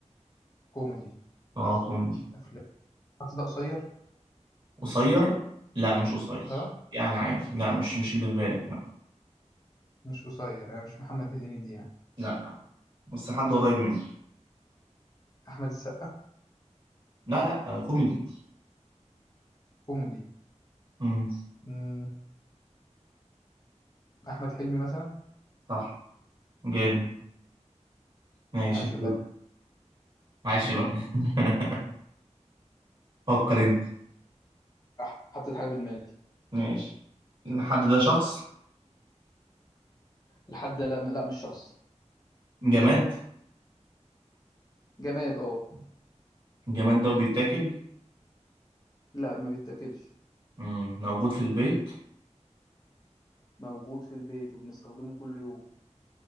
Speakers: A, on the left; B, on the right.
A: كوميدي
B: اه كوميدي
A: أفلام الشخص ده قصير
B: قصير لا مش قصير
A: أه
B: يعني عادي لا مش مش اللي في بالك لا
A: مش قصير يعني مش محمد هديني دي يعني
B: لا بس حد قريب مني
A: أحمد السقا
B: لا لا آه، كوميدي
A: كوميدي
B: امم
A: مم. أحمد حلمي مثلا
B: صح جامد ماشي
A: عايش في
B: دور
A: بنها
B: عايش
A: مم.
B: بقى <laughs> فكر انت
A: راح حطيت حاجة في دماغي
B: ماشي الحد ده شخص
A: الحد لا لا مش شخص
B: جماد
A: جماد اه
B: الجماد ده بيتاكل
A: لا ما بيتاكلش
B: مم. موجود في البيت
A: موجود في البيت وبنستخدمه كل يوم